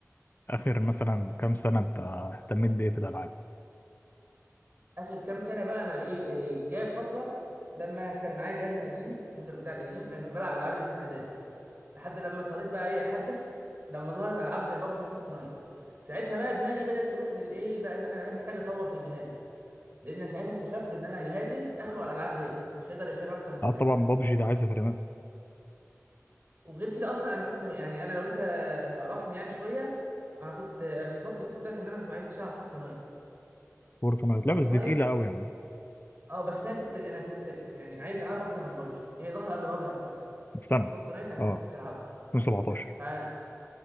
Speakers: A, on the left; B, on the right.
A: اخر مثلا كام سنة انت اهتميت بايه في الالعاب؟
B: اخر كام سنه بقى انا ايه, إيه جايه فتره لما كان معايا جهازي القديم الكمبيوتر بتاعي القديم كان بلعب الالعاب اللي شبه ديت لحد لما اضطريت بقى ايه احدث لما ظهرت العاب زي بابجي فورتنايت ساعتها بقى دماغي بدات تروح للايه بقى ان انا انا محتاج اطور في الجهاز لان ساعتها اكتشفت ان انا جهازي اخره على الالعاب ديت مش هيقدر يشغل اكتر من
A: اه
B: كده
A: طبعا بابجي ده عايز فريمات
B: وغير كده اصلا انا كنت يعني انا لو انت تعرفني يعني شويه انا كنت في فتره كنت قلت لك ان انا ما عرفتش العب فورتنايت
A: فورتنايت
B: فورتنايت
A: لا بس دي تقيله قوي يا عم
B: اه بس انا كنت انا كنت يعني عايز العبها اكتر من بابجي هي ظهر قبل بابجي على فكره
A: في سنه
B: فورتنايت انا
A: اه
B: كان نفسي العبها
A: 2017
B: فكان